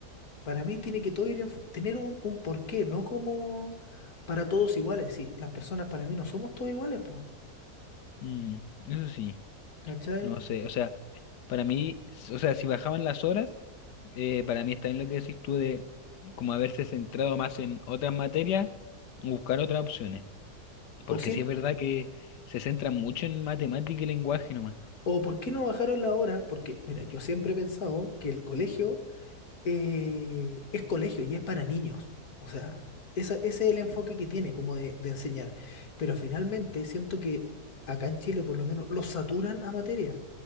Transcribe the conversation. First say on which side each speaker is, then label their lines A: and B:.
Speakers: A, on the left; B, on the left.
A: para mí tiene que todo ir en f- tener un, un porqué, no como para todos iguales. Sí, las personas para mí no somos todos iguales, pues.
B: Mm, eso sí,
A: ¿Cachai?
B: no sé, o sea, para mí, s- o sea, si bajaban las horas, eh, para mí está bien lo que decís tú de como haberse centrado más en otras materias, buscar otras opciones, porque
A: O, siem-
B: sí es verdad que se centran mucho en matemática y lenguaje nomás,
A: o ¿por qué no bajaron la hora? Porque, mira, yo siempre he pensado que el colegio eh, es colegio y es para niños. O sea, esa- ese es el enfoque que tiene como de, de enseñar. Pero finalmente siento que acá en Chile por lo menos los saturan a materia.